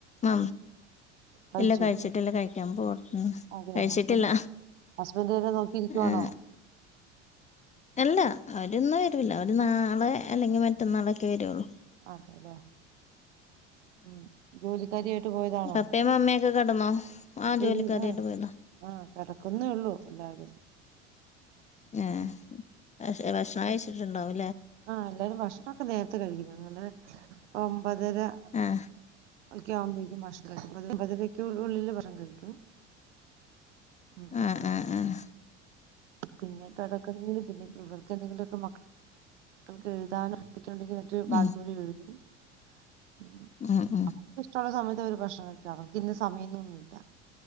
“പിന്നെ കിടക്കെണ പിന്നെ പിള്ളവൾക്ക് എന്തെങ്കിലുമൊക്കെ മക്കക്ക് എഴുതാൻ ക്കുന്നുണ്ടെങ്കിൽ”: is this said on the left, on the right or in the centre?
Right